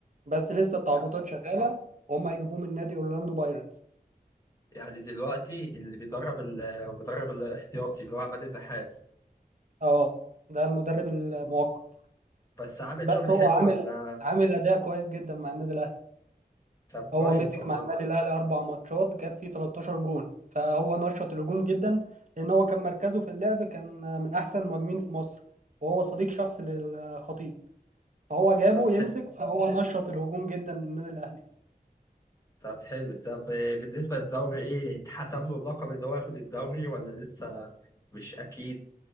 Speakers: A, on the right; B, on the left.
A: بس لسه التعاقدات
B: يعني
A: شغاله وهم هيجيبوه من نادي اورلاندو بايرتس
B: يعني دلوقتي اللي بيدرب ال- بيدرب الاحتياطي اللي هو عماد النحاس
A: اه ده المدرب المؤقت
B: بس عامل
A: بس
B: شغل
A: هو
B: حلو
A: عامل
B: ولا
A: عامل اداء كويس جدا مع النادي الاهلي
B: طب كويس
A: هو مسك
B: والله
A: مع النادي الاهلي اربع ماتشات جاب فيه 13 جون فهو نشط الهجوم جدا لان هو كان مركزه في اللعب كان من احسن المهاجمين في مصر وهو صديق شخصي للخطيب فهو جابه
B: طب حلو
A: يمسك فهو نشط الهجوم جدا للنادي الاهلي
B: طب حلو طب بالنسبة للدوري ايه اتحسب له اللقب ان هو ياخد الدوري ولا لسه مش اكيد